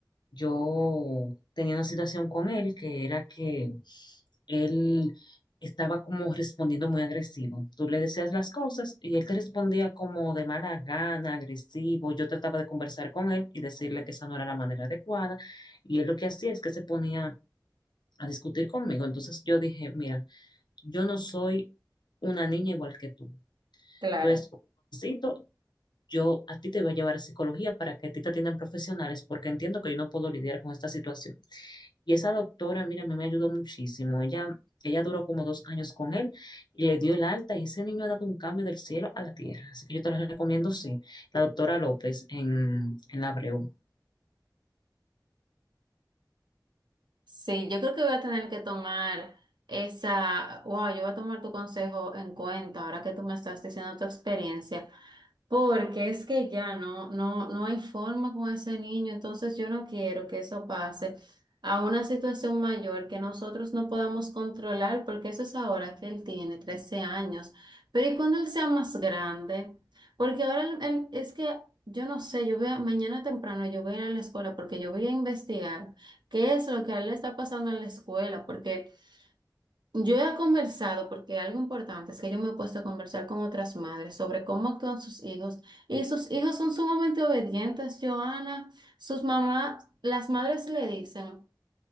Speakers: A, on the left; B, on the right.
A: yo tenía una situación con él que era que él estaba como respondiendo muy agresivo. Tú le decías las cosas y él te respondía como de mala gana, agresivo. Yo trataba de conversar con él y decirle que esa no era la manera adecuada y él lo que hacía es que se ponía a discutir conmigo. Entonces yo dije, mira, yo no soy una niña igual que tú.
B: Claro.
A: Tú eres un jovencito, yo a ti te voy a llevar a psicología para que a ti te atiendan profesionales porque entiendo que yo no puedo lidiar con esta situación. Y esa doctora, mira, a mí me ayudó muchísimo. Ella, ella duró como dos años con él y le dio el alta y ese niño ha dado un cambio del cielo a la tierra. Así que yo te la recomiendo, sí. La doctora López en, en la Abreu.
B: Sí, yo creo que voy a tener que tomar esa, wow, yo voy a tomar tu consejo en cuenta ahora que tú me estás diciendo tu experiencia. Porque es que ya no, no, no hay forma con ese niño, entonces yo no quiero que eso pase a una situación mayor que nosotros no podamos controlar, porque eso es ahora que él tiene 13 años. Pero ¿y cuando él sea más grande? Porque ahora él- él- es que yo no sé, yo voy a- mañana temprano yo voy a ir a la escuela porque yo voy a investigar qué es lo que a él le está pasando en la escuela, porque yo he conversado, porque algo importante es que yo me he puesto a conversar con otras madres sobre cómo actúan sus hijos. Y sus hijos son sumamente obedientes, Joana. Sus mamás, las madres le dicen.